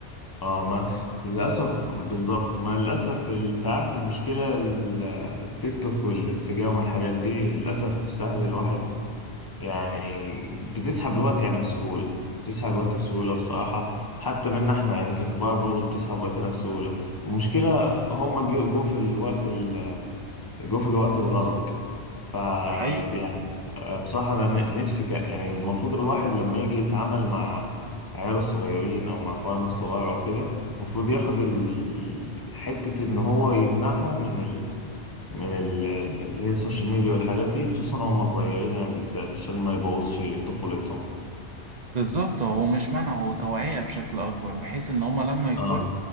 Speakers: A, on the left (about 20°); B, on the right (about 45°).
A: آه ما للأسف بالظبط ما للأسف ال- أنت عارف المشكلة ال- التيك توك والإنستجرام والحاجات دي للأسف سهل الواحد يعني بتسحب الوقت يعني بسهولة بتسحب الوقت بسهولة بصراحة حتى منا احنا يعني ككبار برضه بتسحب وقتنا بسهولة المشكلة هم جو جو في الوقت ال... جو في الوقت الغلط ف
B: حقيقي
A: يعني بصراحة أنا ن- نفسي ك... يعني المفروض الواحد لما يجي يتعامل مع عياله الصغيرين أو مع إخوانه الصغار أو كده المفروض ياخد ال... حتة إن هو يمنعهم من من ال- ال- اللي هي السوشيال ميديا والحاجات دي خصوصا وهم صغيرين يعني بالذات عشان ما يبوظش طفولتهم
B: بالظبط هو مش منع هو توعية بشكل أكبر بحيث إن هما لما يكبروا
A: اه